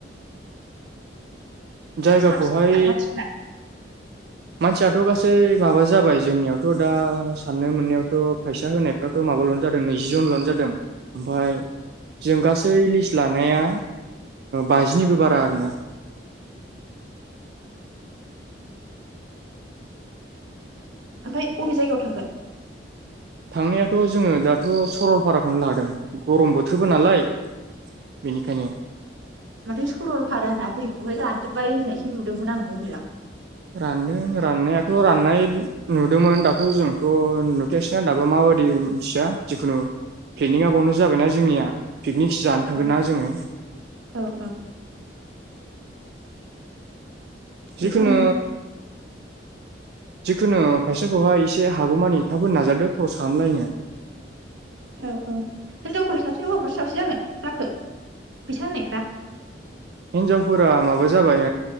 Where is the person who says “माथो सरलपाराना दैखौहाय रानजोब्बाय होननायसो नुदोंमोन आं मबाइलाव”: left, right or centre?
Right